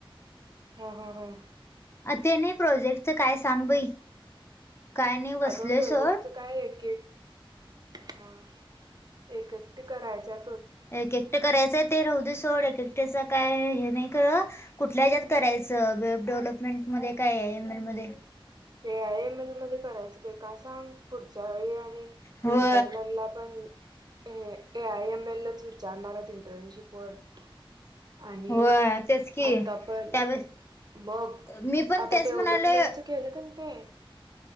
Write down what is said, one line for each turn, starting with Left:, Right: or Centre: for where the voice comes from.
Right: हा हा हां
Left: अ ते नाही प्रोजेक्टच काय सांग बाई. काय नाही बसलोय
Right: अगं प्रोजेक्ट
Left: सोड
Right: काय एकेक एक एकटी करायचाय.
Left: एक एकटं करायचंय ते राहद सोड एक एकट्याच काय हे नाही खरं कुठल्या हेज्यात करायचं वेब डेव्हलपमेंट मध्ये काय ए आय यम एल मध्ये.
Right: ए आय एम एल मध्ये करायचं बाई का सांग, पुढच्या वेळी आणि
Left: व
Right: इंटरनेलला पण A A I M L वि विचारणारत इंटर्नशिपवर. आणि
Left: व तेच की
Right: आता पण
Left: त्यावेळेस
Right: बघ
Left: मी पण
Right: आता
Left: तेच
Right: डेव्हलप
Left: म्हणाले
Right: मे च केलं. ते <unintelligible>